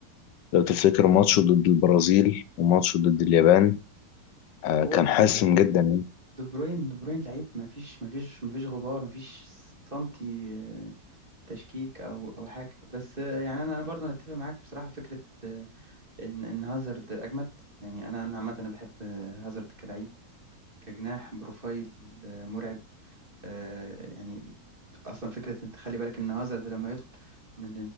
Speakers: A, on the left (about 85°); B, on the right (about 30°).
A: لو تفتكر ماتشه ضد البرازيل وماتشه ضد اليابان آه كان
B: هو
A: حاسم جدا يعني
B: دي بروين دي بروين لعيب ما فيش ما فيش ما فيش غبار ما فيش سنتي آه، تشكيك او او حاجه بس آه، يعني انا انا برضه أنا اتفق معاك بصراحه في فكره آه، ان ان هازارد اجمد يعني انا انا عامه انا بحب آه، هازارد كلعيب كجناح بروفايل آه، مرعب آه، يعني اصلا فكره انت خلي بالك ان هازارد لما يدخل من